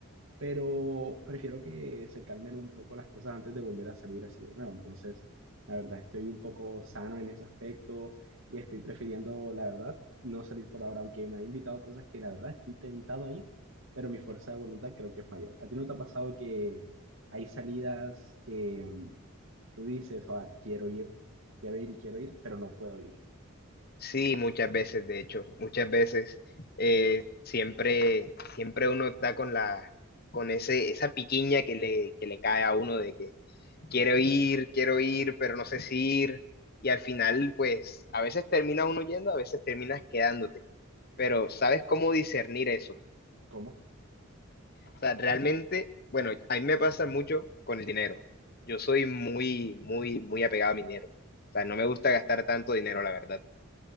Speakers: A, on the right; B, on the left.
A: pero prefiero que se calmen un poco las cosas antes de volver a salir así de nuevo. Entonces, la verdad, estoy un poco sano en ese aspecto y estoy prefiriendo, la verdad, no salir por ahora, aunque me han invitado a cosas que la verdad estoy tentado a ir, pero mi fuerza de voluntad creo que es mayor. ¿A ti no te ha pasado que hay salidas que mm, tú dices, "Ah, quiero ir, quiero ir y quiero ir, pero no puedo ir?
B: Sí, muchas veces, de hecho, muchas veces eh, siempre, siempre uno está con la, con ese, esa piquiña que le, que le cae a uno de que quiero ir, quiero ir, pero no sé si ir. Y al final, pues, a veces termina uno yendo, a veces terminas quedándote. Pero ¿sabes cómo discernir eso?
A: ¿Cómo?
B: O sea, realmente, bueno, a mí me pasa mucho con el dinero. Yo soy muy, muy, muy apegado a mi dinero. O sea, no me gusta gastar tanto dinero, la verdad.